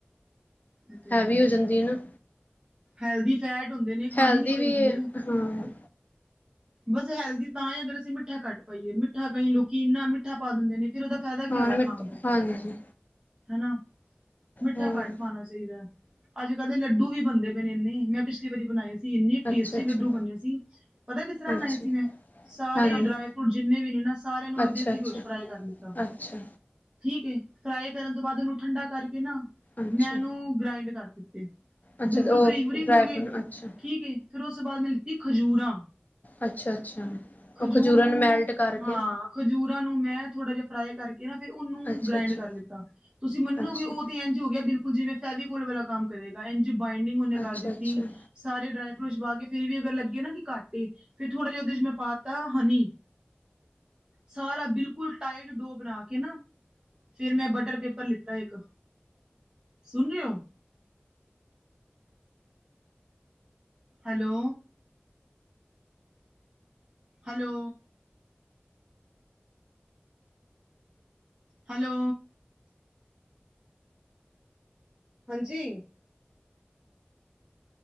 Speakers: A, on the right (about 20°); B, on the left (about 45°).
A: ਇਹ ਤੇ
B: ਹੈਵੀ
A: ਹੈ ਹੀ
B: ਹੋ
A: ਹੈ
B: ਜਾਂਦੀ ਏ ਨਾ
A: ਹੈਲਦੀ ਫੈਟ ਹੁੰਦੇ ਨੇ ਖਾਣੀ
B: ਹੈਲਦੀ
A: ਵੀ ਚਾਹੀਦੀ
B: ਹੈ
A: ਏ
B: ਹਾਂ
A: ਬਸ ਹੈਲਦੀ ਤਾਂ ਹੀ ਅਗਰ ਅਸੀਂ ਮਿੱਠਾ ਕੱਢ ਪਾਈਏ। ਮਿੱਠਾ ਕਈ ਲੋਕੀ ਇੰਨਾ ਮਿੱਠਾ ਪਾ ਦਿੰਦੇ ਨੇ ਫਿਰ ਉਹਦਾ ਫਾਇਦਾ ਕੀ
B: ਹਾਂ
A: ਹੋਇਆ
B: ਹਾਂ ਮਿੱਠ
A: ਖਾਣ ਦਾ
B: ਹਾਂਜੀ
A: ਹਨਾ। ਮਿੱਠਾ
B: ਹਾਂ
A: ਕੱਟ ਪਾਉਣਾ ਚਾਹੀਦਾ ਅੱਜ ਕੱਲ ਦੇ ਲੱਡੂ ਵੀ ਬਣਦੇ ਪਏ ਨੇ ਇੰਨੇ ਮੈਂ ਪਿਛਲੀ ਵਾਰੀ ਬਣਾਏ ਸੀ। ਇੰਨੀ ਟੇਸਟੀ
B: ਅੱਛਾ ਅੱਛਾ
A: ਲੱਡੂ ਬੰਨਿਆ ਸੀ ਪਤਾ ਕਿਸ ਤਰ੍ਹਾਂ ਬਣਾਏ
B: ਅੱਛਾ
A: ਸੀ ਮੈਂ। ਸਾਰੇ
B: ਹਾਂਜੀ
A: ਡਰਾਈ ਫਰੂਟ ਜਿੰਨੇ ਵੀ ਨੇ ਨਾ ਸਾਰਿਆਂ ਨੂੰ ਮੈਂ
B: ਅੱਛਾ
A: ਦੇਸੀ
B: ਅੱਛਾ
A: ਘਿਉ ਚ ਫਰਾਈ ਕਰ ਦਿਤਾ
B: ਅੱਛਾ
A: ਠੀਕ ਫਰਾਈ ਕਰਨ ਤੋਂ ਬਾਅਦ ਉਹਨੂੰ ਠੰਡਾ ਕਰਕੇ ਨਾ।
B: ਅੱਛਾ
A: ਮੈਂ ਇਹਨੂੰ ਗ੍ਰਾਇੰਡ ਕਰ ਦਿੱਤੇ ਉਹ
B: ਅੱਛਾ
A: ਬਿਲਕੁਲ
B: ਤੇ
A: ਬਰੀਕ ਬਰੀਕ
B: ਡਰਾਈ
A: ਹੋ ਗਏ
B: ਫਰੂਟ ਅੱਛਾ
A: ਠੀਕ ਏ। ਫੇਿਰ ਉਸ ਤੋਂ ਬਾਅਦ ਮੈਂ ਲਿੱਤੀ ਖਜੂਰਾਂ।
B: ਅੱਛਾ ਅੱਛਾ।
A: ਖਜੂਰ
B: ਉਹ ਖਜੂਰਾਂ
A: ਨੂੰ।
B: ਮੈਲਟ ਕਰਕੇ
A: ਹਾਂ ਖਜੂਰਾਂ ਨੂੰ ਮੈਂ ਥੋੜ੍ਹਾ ਜਿਹਾ ਫਰਾਈ ਕਰਕੇ ਨਾ ਫਿਰ ਉਹਨੂੰ
B: ਅੱਛਾ
A: ਗ੍ਰਾਇੰਡ
B: ਅੱਛਾ
A: ਕਰ ਲਿਤਾ। ਤੁਸੀਂ ਮੰਨੋਗੇ
B: ਅੱਛਾ
A: ਉਹ ਤੇ ਇੰਝ ਹੋ ਗਿਆ ਬਿਲਕੁਲ ਜਿਵੇਂ ਫੈਵੀ ਕੋਲ ਵਾਲਾ ਕੰਮ ਕਰੇਗਾ ਇੰਜ ਬਾਈਡਿੰਗ ਉਹਨੇ
B: ਅੱਛਾ
A: ਕਰ ਦਿੱਤੀ।
B: ਅੱਛਾ
A: ਸਾਰੇ ਡਰਾਈ ਫਰੂਟਸ ਪਾ ਕੇ ਫਿਰ ਵੀ ਅਗਰ ਲੱਗੇ ਨਾ ਕਿ ਘੱਟ ਐ ਫਿਰ ਥੋੜਾ ਜਿਹਾ ਉਹਦੇ 'ਚ ਮੈਂ ਪਾ ਦਿੱਤਾ ਹਨੀ ਸਾਰਾ ਬਿਲਕੁਲ ਟਾਈਟ ਡੋ ਬਣਾ ਕੇ ਨਾ ਫੇਰ ਮੈਂ ਬਟਰ ਪੇਪਰ ਲਿੱਤਾ ਇੱਕ ਸੁਣ ਰਹੇ ਹੋ। ਹੈਲੋ। ਹੈਲੋ। ਹੈਲੋ ਹਾਂਜੀ।